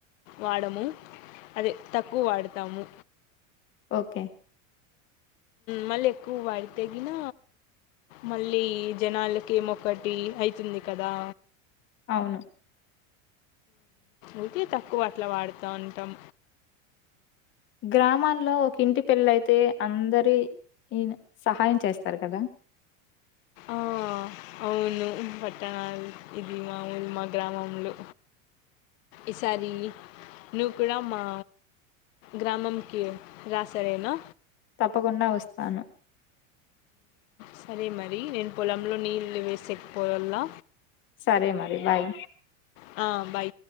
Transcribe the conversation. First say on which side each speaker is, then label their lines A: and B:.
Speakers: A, on the left; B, on the left.
A: వాడము అదే తక్కువ వాడతాము
B: ఓకే
A: మళ్ళీ ఎక్కువ వాడితెగిన మళ్ళీ జనాలకి ఏమొ ఒకటి అవుతుంది కదా
B: అవును
A: ఉ ఊే తక్కువ అట్లా వాడుతా ఉంటాం
B: గ్రామాల్లో ఒక ఇంటి పెళ్ల అయితే అందరి ఈ సహాయం చేస్తారు కదా
A: ఆ అవును పట్టణాలు ఇది మామంది మా గ్రామంలో ఈసారి నువ్వు కూడా మా గ్రామంకి రా సారేనా
B: తప్పకుండా వస్తాను
A: సరే మరి నేను పొలంలో నీళ్ళు వేసేకపోవలా
B: సరే మరి. బాయ్
A: ఆ బై